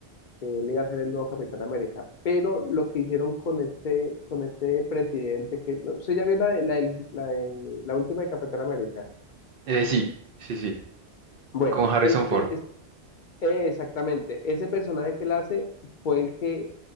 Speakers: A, on the left; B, on the right.
A: que él iba a ser el nuevo Capitán América. Pero lo que hicieron con este, con este presidente, que no sé, ya vio la, de- la, del- la, del- la última de Capitán América.
B: Eh, sí, sí, sí,
A: Bueno,
B: con Harrison
A: este
B: Ford.
A: es eh, exactamente, ese personaje que él hace fue el que